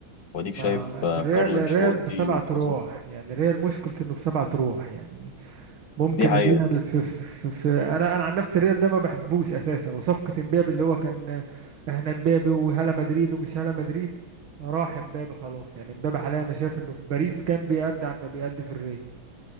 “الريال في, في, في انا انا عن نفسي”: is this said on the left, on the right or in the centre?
Right